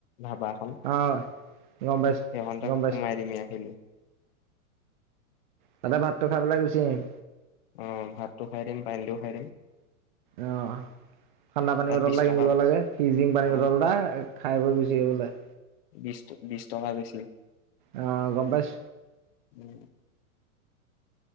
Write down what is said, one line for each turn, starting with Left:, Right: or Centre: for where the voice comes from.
Left: ধাবাখন
Right: অ গম পাইছো
Left: সেইখন তে
Right: গম পাইছো
Left: সোমাই দিম ইয়াখেলি <unintelligible>
Right: তাতে ভাতটো খাই পেলাই গুচি আহিম
Left: অ ভাতটো খাই দিম পানী দিও খাই দিম
Right: আহ ঠাণ্ডা পানী
Left: তাত
Right: বটল
Left: বিশ
Right: এটা
Left: টকা
Right: কিনিব লাগে ফিজিং পানী
Left: অ
Right: বটল এটা খাই বৈ গুছি আহিব লাগে
Left: বিছ বিছ টকা বেছি <unintelligible>
Right: আহ গম পাইছ
Left: উম